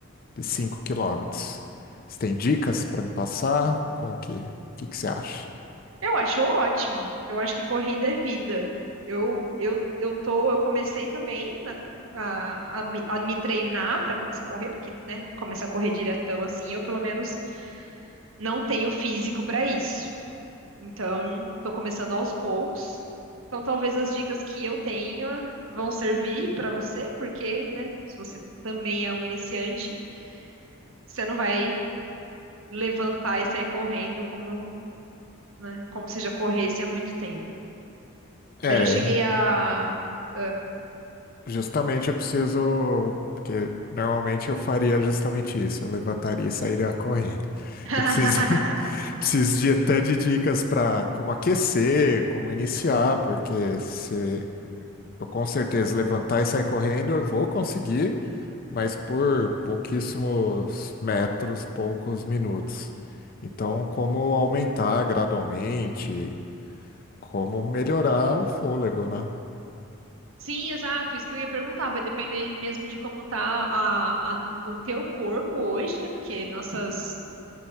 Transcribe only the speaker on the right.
Eu acho ótimo. Eu acho que corrida é vida. Eu, eu, eu tô, eu comecei também na- a, a me a me treinar para começar a correr, porque, né, começar a correr diretão assim, eu pelo menos não tenho físico para isso. Então, tô começando aos poucos. Então, talvez as dicas que eu tenha vão servir para você, porque, né, se você também é um iniciante, você não vai levantar e sair correndo como né? Como se já corresse há muito tempo.
Eu já cheguei a. Ah.
<laughs>
Sim, exato, isso que eu ia perguntar, vai depender mesmo de como tá a, a- o teu corpo hoje, né? Porque nossas,